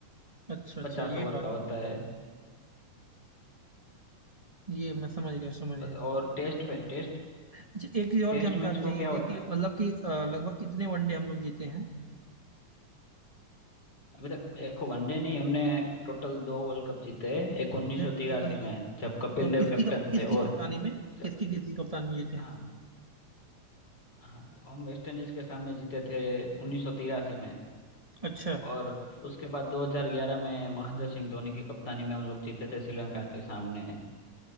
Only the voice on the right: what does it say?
अच्छा अच्छा
ये
बात
ये मैं समझ गया समझ
गया
अच्छा एक ये और
जानकारी
चाहिए
थी कि
मतलब कि अ, लगभग कितने वनडे हम लोग जीते हैं
मुझे
टोटल
दो
तो
किसकी
कप, किसकी
कप्तानी
में
किसकी किसकी कप्तानी में जीते
हैं
अच्छा